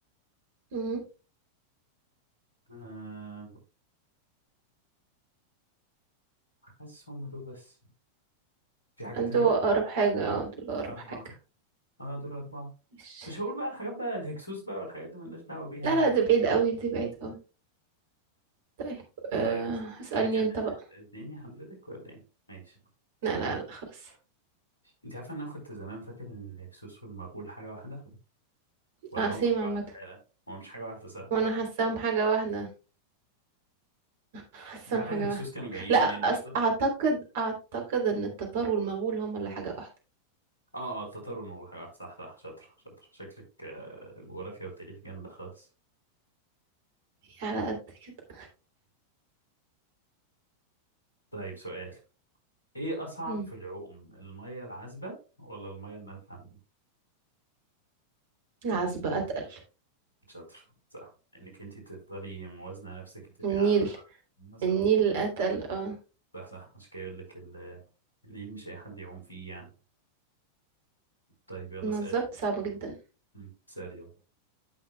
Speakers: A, on the right (about 55°); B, on the left (about 80°).
A: مم.
B: آه حاسس هم دول بس في حاجة
A: انتوا
B: تانية
A: أقرب حاجة اه دول أقرب
B: أربعة
A: حاجة
B: اه دول أربعة
A: ماشي
B: مش هقول بقى الحاجات بقى الهكسوس بقى والحاجات دي ملناش دعوة بيها
A: لا
B: يعني
A: لا دي بعيد قوي دي بعيد قوي طيب أه
B: طيب
A: هسألني
B: اللي كان
A: انت بقى
B: اتنين يا حضرتك ولا ايه؟ ماشي
A: لا لا لا خلاص
B: انت عارف ان انا كنت زمان فاكر ان الهكسوس والمغول حاجة واحدة ولا
A: اقسم
B: هم حاجة
A: عامة
B: واحدة فعلا؟ هو مش حاجة واحدة صح؟
A: وانا حاساهم حاجة واحدة حاساهم
B: انت عارفة
A: حاجة
B: الهكسوس
A: واحدة
B: كانوا جايين
A: لا
B: منين اصلا؟
A: أس- اعتقد اعتقد ان التتار والمغول هم اللي حاجة واحدة
B: اه اه التتار والملوخية واحد صح صح شاطر شاطر شكلك آه، الجغرافيا والتاريخ جامدة خالص
A: هي على
B: طب
A: قد كده
B: طيب سؤال ايه اصعب
A: مم.
B: في العوم المية العذبة ولا المية المالحة
A: العزبة اتقل
B: شاطر صح انك انت تفضلي موازنة نفسك تبقى
A: النيل
B: على صح مثلا
A: النيل اتقل اه
B: صح صح عشان كده يقول لك ال- النيل مش اي حد يعوم فيه يعني طيب يلا
A: بالظبط
B: اسال
A: صعبة جدا
B: مم، اسال يلا